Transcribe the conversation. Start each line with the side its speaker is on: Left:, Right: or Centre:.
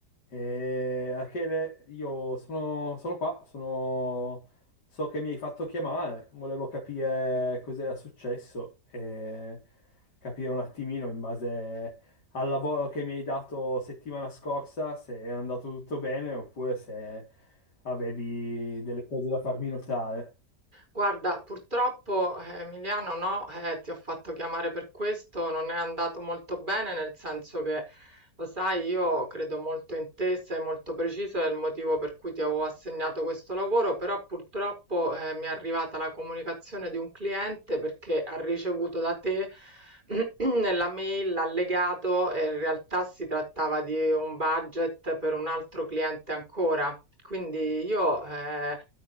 Left: Eh, Rachele, io sono, sono qua, sono- so che mi hai fatto chiamare, volevo capire cos'era successo e capire un attimino in base al lavoro che mi hai dato settimana scorsa se è andato tutto bene oppure se avevi delle cose da farmi notare.
Right: Guarda, purtroppo eh, Emiliano no, eh, ti ho fatto chiamare per questo, non è andato molto bene, nel senso che lo sai, io credo molto in te, sei molto preciso, è il motivo per cui ti avevo assegnato questo lavoro, però purtroppo eh, mi è arrivata la comunicazione di un cliente perché ha ricevuto da te <clears throat> nella mail l'allegato e in realtà si trattava di un budget per un altro cliente ancora. Quindi io eh,